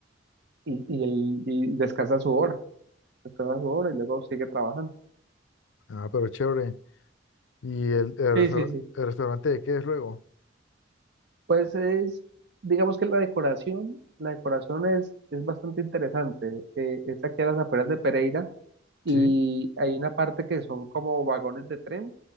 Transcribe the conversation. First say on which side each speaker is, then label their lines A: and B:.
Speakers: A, on the right (about 60°); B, on the left (about 80°).
A: y, y el- y descansa su hora, descansa su hora y luego sigue trabajando.
B: Ah, pero chévere. ¿Y el, el restaur-
A: Sí, sí, sí.
B: el restaurante de qué es luego?
A: Pues es, digamos que la decoración, la decoración es, es bastante interesante. Eh, es aquí a las afueras de Pereira y
B: Sí.
A: hay una parte que son como vagones de tren